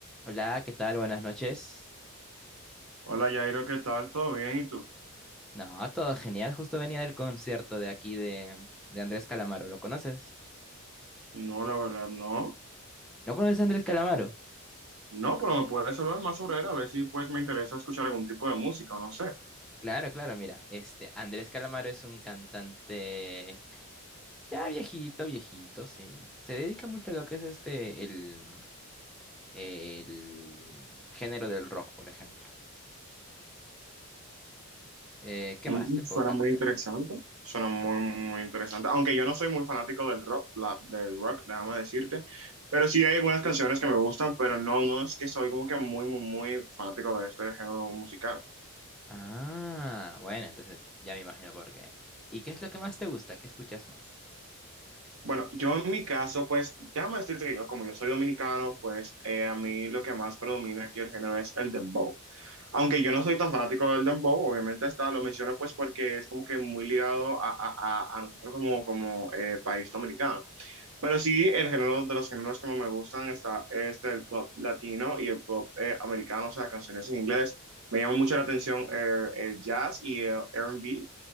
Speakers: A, in the centre; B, on the right.
A: Hola, ¿qué tal? Buenas noches.
B: Hola Jairo, ¿qué tal? ¿Todo bien? ¿Y tú?
A: No, todo genial. Justo venía del concierto de aquí de, de Andrés Calamaro. ¿Lo conoces?
B: No, la verdad, no.
A: ¿No conoces a Andrés Calamaro?
B: No, pero me puedes hablar más sobre él, a ver si pues me interesa escuchar algún tipo de música, no sé.
A: Claro, claro, mira. Este, Andrés Calamaro es un cantante ya viejito, viejito, sí. Se dedica mucho a lo que es este, el, mm, el género del rock, por ejemplo. Eh, ¿qué
B: Mm,
A: más te puedo
B: suena
A: cantar?
B: muy interesante, suena muy, muy interesante. Aunque yo no soy muy fanático del rock, la- del rock, déjame decirte, pero sí hay algunas canciones que me gustan, pero no, no es que soy como que muy, muy, muy fanático de este género musical.
A: Ah, bueno, entonces ya me imagino por qué. ¿Y qué es lo que más te gusta? ¿Qué escuchas más?
B: Bueno, yo en mi caso, pues, déjame decirte que yo, como yo soy dominicano, pues eh, a mí lo que más predomina aquí el género es el dembow. Aunque yo no soy tan fanático del dembow, obviamente está, lo menciono pues porque es como que muy ligado a, a- a- a nosotros como, como eh, país dominicano. Pero sí, el género de los géneros que más me gustan está este, el pop latino y el pop eh, americano, o sea, canciones en inglés. Me llama mucho la atención eh, el jazz y el R&B.